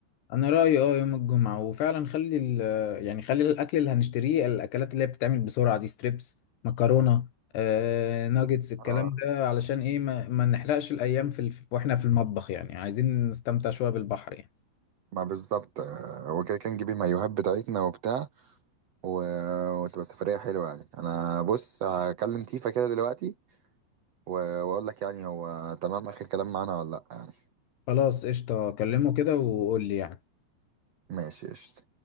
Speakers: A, on the left; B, on the right.
A: انا رأيي اه يوم الجمعة وفعلا خلي ال يعني خلي الاكل اللي هنشتريه الاكلات اللي هي بتتعمل بسرعة دي ستريبس مكرونة آه، ناجتس الكلام
B: اه
A: ده علشان ايه ما, ما نحرقش الايام في ال... واحنا في المطبخ يعني عايزين نستمتع شوية بالبحر يعني
B: ما بالظبط آه، هو كده كان نجيب المايوهات بتاعتنا وبتاع و... وتبقى سفرية حلوة يعني أنا بص هكلم تيفا كده دلوقتي و- واقول لك يعني هو تمام اخر كلام معانا ولا لا يعني
A: خلاص قشطة كلمه كده وقول لي يعني
B: ماشي قشطة